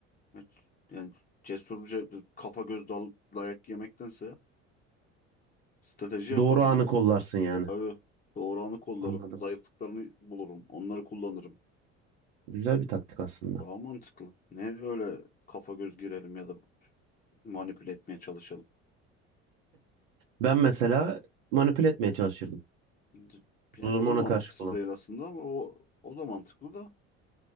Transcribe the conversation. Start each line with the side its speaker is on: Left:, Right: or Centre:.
Left: Evet. Yani cesurca kafa göz dalıp dayak yemektense strateji yaparım
Right: Doğru anı
Left: yani.
Right: kollarsın yani.
Left: Tabii doğuranı kollarım,
Right: Anladım.
Left: zayıflıklarını bulurum, onları kullanırım.
Right: Güzel bir taktik aslında.
Left: Daha mantıklı. Ne öyle kafa göz girelim ya da manipüle etmeye çalışalım.
Right: Ben mesela manipüle etmeye çalışırdım.
Left: D- Yani
Right: Bu durumu
Left: o da
Right: ona
Left: mantıksız
Right: karşı kullanırdım.
Left: değil aslında ama o o da mantıklı da